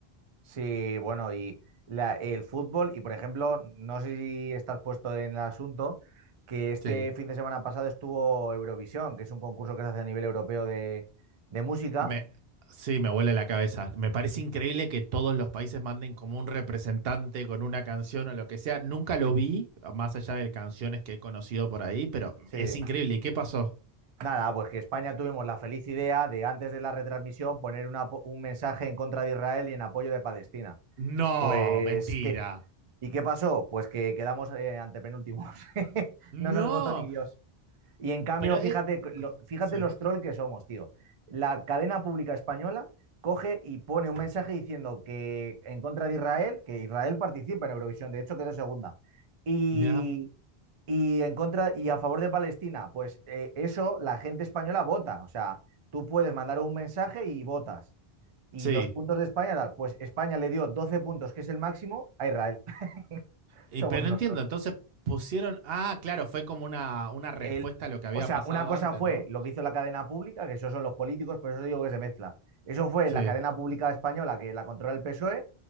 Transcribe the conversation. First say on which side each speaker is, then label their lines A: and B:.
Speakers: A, on the right (about 40°); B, on the right (about 70°).
A: Sí, bueno, y la- el fútbol, y por ejemplo, no sé si estás puesto en el asunto, que este
B: Sí.
A: fin de semana pasado estuvo Eurovisión, que es un concurso que se hace a nivel europeo de, de música.
B: Me, sí, me huele la cabeza. Me parece increíble que todos los países manden como un representante con una canción o lo que sea. Nunca lo vi, más allá de canciones que he conocido por ahí, pero
A: Sí.
B: es increíble. ¿Y qué pasó?
A: Nada, pues que España tuvimos la feliz idea de antes de la retransmisión poner una po- un mensaje en contra de Israel y en apoyo de Palestina.
B: No,
A: Pues,
B: mentira.
A: ¿qué? ¿Y qué pasó? Pues que quedamos eh, antepenúltimos. <laughs>
B: No,
A: No nos votó ni Dios. Y en cambio,
B: pero...
A: fíjate,
B: eh,
A: lo- fíjate
B: Sí.
A: los trolls que somos, tío. La cadena pública española coge y pone un mensaje diciendo que en contra de Israel, que Israel participa en Eurovisión, de hecho quedó segunda. Y,
B: Mira.
A: y en contra y a favor de Palestina, pues eh, eso la gente española vota. O sea, tú puedes mandar un mensaje y votas. Y
B: sí.
A: los puntos de España, tal, pues España le dio 12 puntos, que es el máximo, a Israel. <laughs>
B: Y,
A: Somos
B: pero
A: unos
B: no entiendo,
A: trolls.
B: entonces pusieron. Ah, claro, fue como una, una respuesta
A: el,
B: a lo que había
A: o sea,
B: pasado
A: una cosa
B: antes,
A: fue
B: ¿no?
A: lo que hizo la cadena pública, que eso son los políticos, por eso digo que se mezcla. Eso fue
B: Sí,
A: la cadena pública española que la controla el PSOE